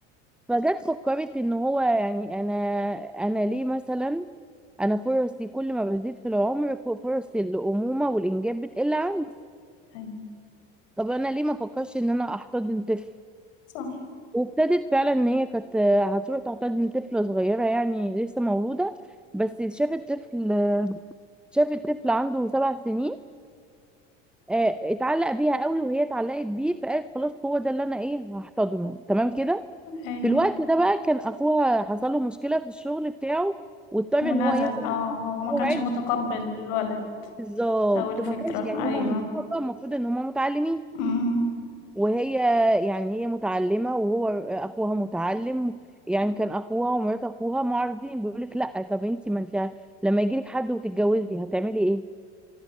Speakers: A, in the centre; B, on the left.
A: فجت فكرت ان هو يعني انا انا ليه مثلا انا فرصي كل ما بزيد في العمر كو- فرص الامومه والانجاب بتقل عندي
B: أيوة
A: طب انا ليه ما فكرش ان انا احتضن طفل
B: صح
A: وابتدت فعلا ان هي كانت هتروح تحتضن طفله صغيره يعني لسه مولوده بس شافت طفل شافت طفل عنده سبع سنين آه، اتعلق بيها قوي وهي اتعلقت بيه فقالت خلاص هو ده اللي انا ايه هحتضنه تمام كده
B: أيوة
A: في الوقت ده بقى كان اخوها حصل له مشكله في الشغل بتاعه واضطر ان
B: ونزل
A: هو ينزل
B: اه هو ما
A: موعد
B: كانش متقبل الولد
A: بالظبط
B: أو الفكرة
A: ما كانش يعني هما
B: أيوة
A: من طبقه المفروض ان هما متعلمين
B: مم.
A: وهي يعني هي متعلمه وهو اخوها متعلم يعني كان اخوها ومرات اخوها معارضين بيقول لك لا طب انت ما انت لما يجي لك حد وتتجوزي هتعملي ايه